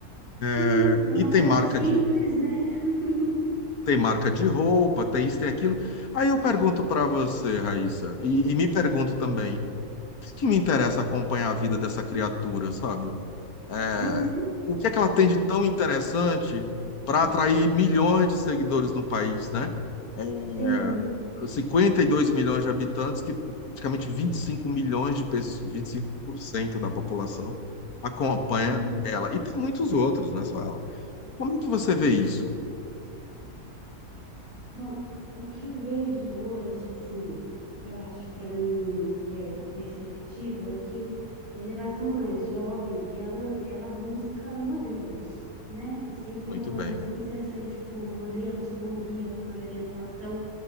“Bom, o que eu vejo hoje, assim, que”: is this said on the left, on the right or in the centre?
Right